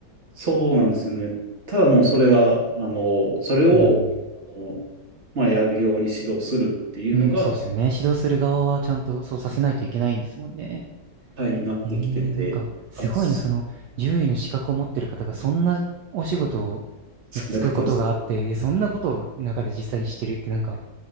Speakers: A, on the right; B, on the right.
A: そうなんですよね。ただもうそれは、あの、それを、
B: うん。
A: あの、まあ、やるように指導するっていうのが、
B: うん、そうですよね。指導する側はちゃんとそうさせないといけないんですもんね。
A: はい、なってきてて、
B: ええなんか、すごいな、
A: あ、そ
B: その、獣医の資格を持ってる方が、そんなお仕事
A: そんなことです。
B: に就くことがあって、で、そんなことを中で実際にしてるって、なんか、